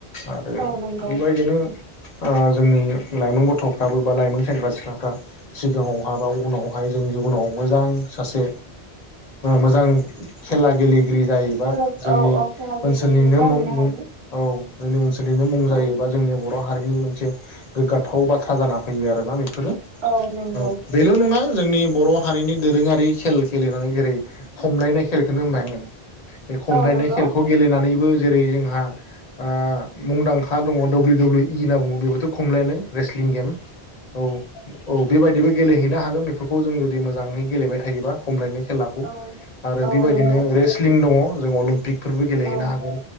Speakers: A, on the left; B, on the right.
A: आरो
B: औ नंगौ
A: बेबायदिनो ओ जोंनि लाइमोन गथफ्राबो बा लाइमोन सेंग्रा सिख्लाफ्रा सिगाङावहाय बा उनावहाय जों जिबनाव मोजां सासे मोजां खेला गेले बि जायैबा
B: खेला
A: जोंनि
B: औ औ खेला गेले
A: ओनसोलनिनो
B: गेले जाहैनो हायो
A: औ जोंनि ओनसोलनिनो मुं जायोबा
B: औ।
A: जोंनि बर' हारिनि मोनसे गोग्गाथाव बाथ्रा जाना फैयो आरो ना बेफोरो
B: औ नंगौ
A: औ बेल नङा जोंनि बर हारिनि दोरोङारि खेल खेलेनानै जेरै खमलायनाय खेलखौनो होनबाय आङो बे खमलायनाय
B: औ नंगौ
A: खेलखौ गेलेनानै जेरै जोंहा ओ मुंदांखा दङ दडाब्लिउ दाब्लिउ इ होनना बुङो बेथ। खमलाय रेसलिं गेम औ औ बेबायदिनो गेलेहैनो हागोन बेफोरखौ जों जुदि मोजाङै गेलेबाय थायोबा खमलायनाय खेलाखौ
B: औ
A: आरो
B: औ
A: बेबायदिनो
B: नंगौ
A: रेस्लिं दङ जों अलिम्पिक फोरबो गेलेहैनो
B: औ
A: हागोन